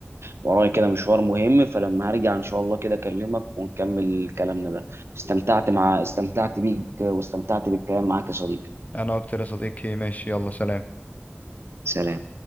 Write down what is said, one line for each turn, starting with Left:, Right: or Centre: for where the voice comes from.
Right: ورايا كده مشوار مهم فلما هرجع ان شاء الله كده اكلمك ونكمل كلامنا ده استمتعت مع استمتعت بيك واستمتعت بالكلام معاك يا صديقي
Left: انا اكتر يا صديقي ماشي يلا سلام
Right: سلام